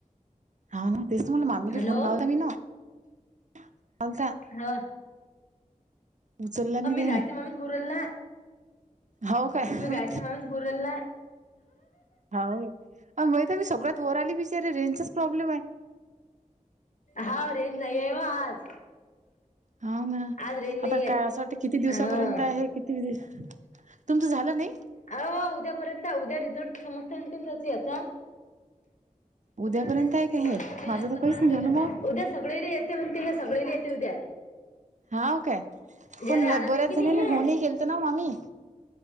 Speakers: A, on the right; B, on the left.
A: हा ना तेच त म्हणल माम्मीला
B: हॅलो
A: फोन लावता मी ना लावलता.
B: हा
A: उचलला नाही
B: हा मी
A: ताईनं
B: गायत्री मामीच बोलु राहिली ना.
A: हाव काय
B: मी गायत्री मामीच बोलु राहिली ना.
A: हो माहित आहे मी सगळ्यात वर आली बिचारे रेंजचाच प्रॉब्लेम आहे.
B: हा रेंज नाही येव आज.
A: हाव ना
B: आज रेंज नाहीये
A: आता काय असं वाट किती दिवसा
B: हा
A: पर्यंत आहे किती तुमचं झालं नाही?
B: अह उद्या पर्यंत उद्या रिझल्ट समजते ना अंतिम याचा.
A: उद्यापर्यंत
B: रिझल्ट नाही समज
A: आहे का
B: उद्या,
A: हे माझं तर
B: पर्वा
A: काहीच नाही
B: येणार
A: झालं मग
B: आहे उद्याच सगळ्यायला येते म्हणते हे सगळ्यायला येते उद्या.
A: हाव काय
B: ज्याले
A: पण
B: आलं
A: बऱ्याच
B: नाही की नाही
A: जणींना
B: हे
A: होणही गेलत ना मामी.